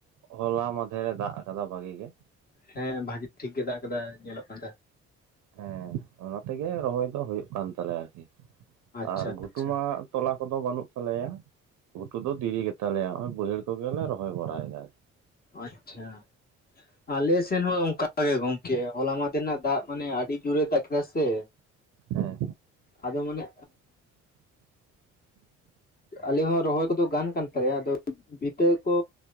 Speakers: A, on the right (about 75°); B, on the left (about 30°).
A: ᱦᱚᱞᱟ ᱢᱟᱚᱫᱷᱮᱨ ᱫᱟᱜ ᱟᱠᱟᱫᱟ ᱵᱷᱟᱜᱤ ᱜᱮ
B: ᱦᱮᱸ ᱵᱷᱟᱜᱤ ᱴᱷᱤᱠ ᱜᱮ ᱫᱟᱜ ᱠᱮᱫᱟᱭ ᱧᱮᱞᱚᱜ ᱠᱟᱱ ᱛᱟᱦᱮᱸ
A: ᱦᱮᱸ ᱚᱱᱟᱛᱮᱜᱮ ᱨᱚᱦᱚᱭ ᱫᱚ ᱦᱩᱭᱩᱜ ᱠᱟᱱ ᱛᱟᱞᱮᱭᱟ ᱟᱨᱠᱤ
B: ᱟᱪᱪᱷᱟ
A: ᱟᱨ ᱜᱷᱩᱴᱩ
B: ᱟᱪᱪᱷᱟ
A: ᱢᱟᱜ ᱛᱚᱞᱟ ᱠᱚᱫᱚ ᱵᱟᱹᱱᱩᱜ ᱛᱟᱞᱮᱭᱟ ᱜᱷᱩᱴᱩ ᱫᱚ ᱫᱮᱨᱤ ᱜᱮᱛᱟᱞᱮᱭᱟ ᱱᱚᱜᱼᱚᱭ ᱵᱟᱹᱭᱦᱟᱹᱲ ᱠᱚᱜᱮᱞᱮ ᱨᱚᱦᱚᱭ ᱵᱟᱲᱟᱭᱮᱫᱟ
B: ᱟᱪᱪᱷᱟ ᱟᱞᱮ ᱥᱮᱱ ᱦᱚᱸ ᱚᱱᱠ ᱜᱮ ᱜᱚᱝᱠᱮ ᱦᱚᱞᱟ ᱢᱟ ᱨᱮᱱᱟᱜ ᱫᱟᱜ ᱢᱟᱱᱮ ᱟᱹᱰᱤ ᱡᱳᱨᱮ ᱫᱟᱜ ᱠᱮᱫᱟ ᱥᱮ
A: ᱦᱮᱸ
B: ᱟᱫᱚ ᱢᱟᱱᱮ ᱟᱞᱮ ᱦᱚᱸ ᱨᱚᱦᱚᱭ ᱠᱚᱫᱚ ᱜᱟᱱ ᱠᱟᱱ ᱛᱟᱞᱮᱭᱟ ᱟᱫᱚ ᱵᱤᱛᱟᱹ ᱠᱚ